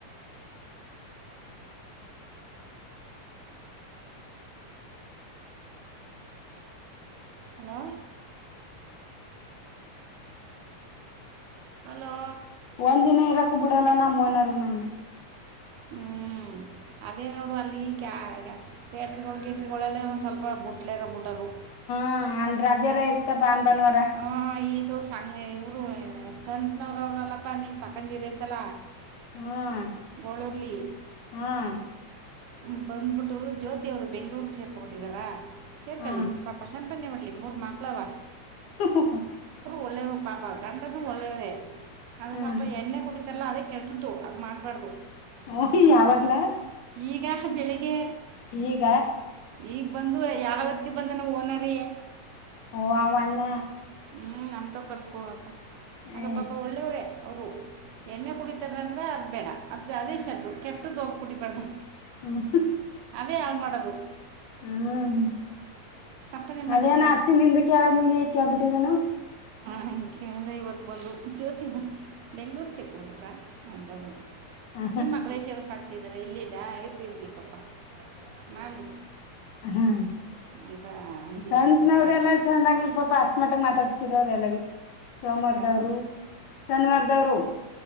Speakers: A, on the right; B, on the left.
A: ಹಲೋ ಹಲೋ.
B: ಒಂದು ದಿನ ಇರಕ್ಕು ಬಿಡಲ್ಲ ನಮ್ಮ ಓನರ್ ನನ್ನ
A: ಹ್ಞ ಅದೇ ನೋಡು ಅಲ್ಲಿ ಕ ಪೇಟ್ರಿಗಳು ಕೇಟ್ರಿಗಳೆಲ್ಲ ಒಂದು ಸ್ವಲ್ಪ ಬುಟ್ಲೆೇ ಇರೋಬ ಬಿಟ್ಟೋರು
B: ಹಾ ಅಲ್ ರಜಾನೆ ಇರುತ್ತೆ ಭಾನುವಾರ
A: ಆ, ಇದು ಸಂ ಇವರು ಕಂತುನವರು ಅವ್ರಲ್ಲಪ್ಪಾ ನೀವು ತಾಕತಿದ್ರಾತಲ್ಲ
B: ಹ್ಮ್
A: ಗೋಳುರಿಲ್ಲಿ
B: ಹ್ಮ್
A: ಹ್ಮ ಬಂದ್ಬಿಟ್ಟು ಜ್ಯೋತಿ ಅವ್ರು ಬೆಂಗ್ಳೂರ್ ಸೇರ್ಕಬಟ್ಟಿದಾರ ಸೇರ್ಕಲ್ಲಿ
B: ಹ್ಮ್
A: ಪಾಪ ಒಟ್ನಲ್ಲಿ ಮೂರೂ ಮಕ್ಕಳವ
B: <inaudible>
A: ಒಳ್ಳೇವ ಪಾಪ ಗಂಡನು ಒಳ್ಳೇವರೇ. ಅದು
B: ಹ್ಮ್
A: ಸ್ವಲ್ಪ ಎಣ್ಣೆ ಕುಡೀತಾರೆ ಇಲ್ಲ ಅದೇ ಕೆಟ್ಟದ್ದು ಅದು ಮಾಡಬಾರ್ದು
B: ಓ ಯಾವಾಗ್ಲ.
A: ಈಗ ಬೆಳಿಗ್ಗೆ
B: ಈಗ
A: ಈಗ ಬಂದು ಯಲವತಿಗ್ಗೆ ಬಂದನ ಓನರಿಯೆ.
B: ಓ ಅವಣ್ಣ
A: ಹ್ಮ್ ನಮ್ಮತವು ಕಟ್ಟಿಸ್ಕೊಹೋಗಕ್ಕಾ ಹಾಗ
B: ಏ
A: ಪಾಪ ಒಳ್ಳೆವರೆ ಅವರು ಎಣ್ಣೆ ಕುಡಿತಾರೆ ಅಂದ್ರೆ ಅದು ಬೇಡ ಅದು ಅದೇ ಸ ಕೆಟ್ಟದ್ದೋದ ಕುಡಿಬಾರ್ದ
B: ಹ್ಮ್
A: ಅದೇ ಹಾಳು ಮಾಡೋದು
B: ಹ್ಮ್
A: ಸಂಪಾದನೆ ಮಾಡಲಿ
B: ಅದೇನ ಅಚ್ಚಿ ನಿಂದು ಕೇಳದ್ ಮೇಲಿ ಕೇಳಿಬಿಟ್ಟಿದನು.
A: ಹಗೆ ಕೇಳಿದೆ ಇವತ್ತು ಬಂದು ಜ್ಯೋತಿ ಬೆಂಗಳೂರು <inaudible> ಅಂತಬೋದು
B: ಹ
A: ನಿಮ್ಮ ಮಕ್ಕಳೇ ಸೇವೆ ಸಾಕ. ಹತಿದರ ಇಲ್ಲಿದಾ ಇರ್ಲಿ ಇರ್ಲಿ ಪಾಪಾ ಮಾಡಲಿ
B: ಹ್ಮ್
A: ಅಂತ ಅಂತಿದ್ದ
B: ಕಂತು
A: ಬೆಳಿಗ್ಗೆ
B: ಅವ್ರೆಲ್ಲ ಚಂದಾಗಿ ಪಾಪ ಅಷ್ಟ ಮಟ್ಟಗ ಮಾತಾಡ್ತರೇ ಎಲ್ಲವಿ ಸೋಮಾರದವರು
A: ಯಾರು
B: ಶನಿವಾರದವ್ರು